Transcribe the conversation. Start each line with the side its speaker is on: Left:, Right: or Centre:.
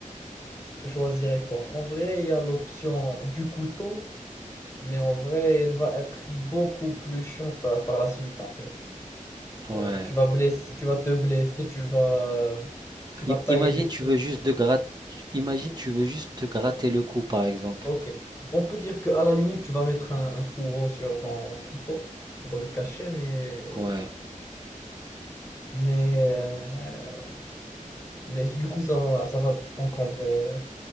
Left: je choisirais quoi? En vrai, il y a l'option du couteau, mais en vrai, elle va être beaucoup plus chiante à- par la suite, en fait.
Right: Ouais.
Left: Euh, tu vas blesser, tu vas te blesser, tu vas, tu vas
Right: I-
Left: tailler
Right: imagine
Left: des trucs.
Right: tu veux juste de grat- imagine tu veux juste te gratter le cou par exemple.
Left: Ok. On peut dire qu'à la limite, tu vas mettre un, un fourreau sur ton couteau pour le cacher, mais,
Right: Ouais.
Left: mais, euh, mais du coup, ça va, ça va t'encombrer. euh,